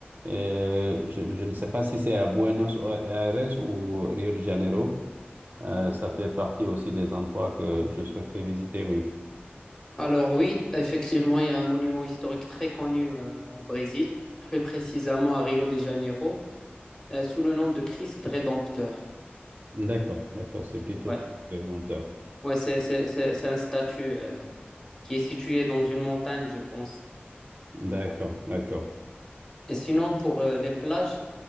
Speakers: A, on the right; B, on the left.
A: Euh, je, je ne sais pas si c'est à Buenos Aires ou Rio de Janeiro. Euh, ça fait partie aussi des endroits que je souhaiterais visiter, oui.
B: Alors oui, effectivement, il y a un monument historique très connu euh, en Brésil, plus précisément à Rio de Janeiro, euh, sous le nom de Christ Rédempteur.
A: D'accord, d'accord, c'est plutôt
B: Ouais,
A: longtemps.
B: ouais, c'est c'est- c'est- c'est un statut euh, qui est situé dans une montagne, je pense.
A: D'accord, d'accord,
B: Et sinon, pour euh, les plages,